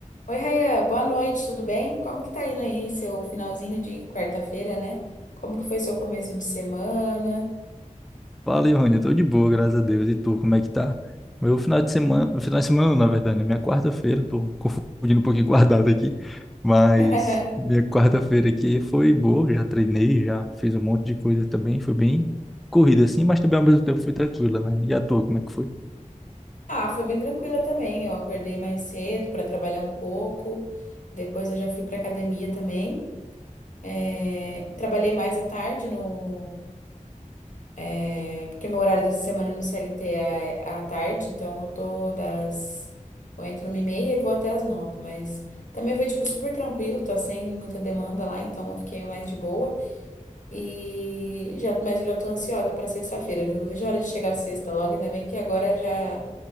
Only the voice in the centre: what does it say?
Fala, Rony, eu tô de boa, graças a Deus. E tu, como é que tá? Meu final de semana, final de semana, não, na verdade, né? Minha quarta-feira, tô confundindo um pouquinho com a data aqui, mas
minha quarta-feira aqui foi boa, já treinei, já fiz um monte de coisa também, foi bem corrida assim, mas também ao mesmo tempo foi tranquila, né? E a tua, como é que foi?